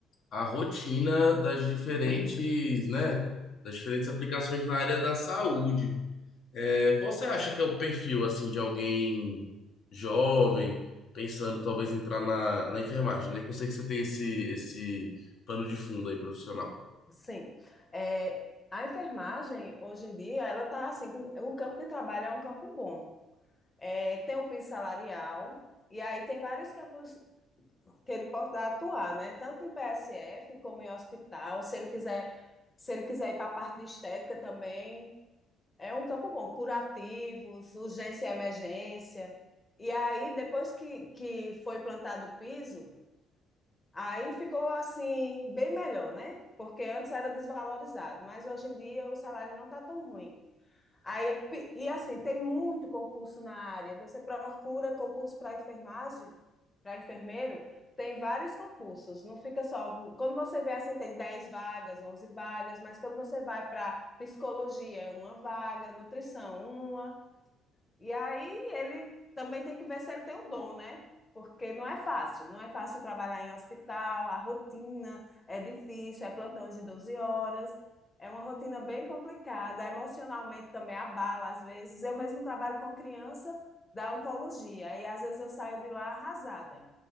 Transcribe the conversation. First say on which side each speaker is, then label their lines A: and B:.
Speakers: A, on the left (about 55°); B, on the left (about 20°).
A: a rotina das diferentes, né? Das diferentes aplicações na área da saúde. É, qual você acha que é o perfil assim de alguém jovem pensando talvez entrar na, na enfermagem, né? Que eu sei que você tem esse esse pano de fundo aí profissional.
B: Sim. É, a enfermagem, hoje em dia, ela está assim, com- o campo de trabalho é um campo bom. É, tem o piso salarial, e aí tem vários campos que ele pode dar- atuar, né? Tanto em PSF como em hospital, se ele quiser, se ele quiser ir para a parte de estética também, É um campo bom, curativos, urgência e emergência. E aí, depois que, que foi implantado o piso, aí ficou assim, bem melhor, né? Porque antes era desvalorizado, mas hoje em dia o salário não está tão ruim. Aí, e assim, tem muito concurso na área. Você procura concurso para enfermagem, para enfermeiro, tem vários concursos. Não fica só. Quando você vê assim, tem 10 vagas, 11 vagas, mas quando você vai para psicologia, é uma vaga, nutrição, uma, e aí ele também tem que ver se ele tem o dom, né? Porque não é fácil, não é fácil trabalhar em hospital, a rotina é difícil, é plantões de 12 horas, é uma rotina bem complicada, emocionalmente também abala às vezes. Eu mesmo trabalho com criança da oncologia e às vezes eu saio de lá arrasada.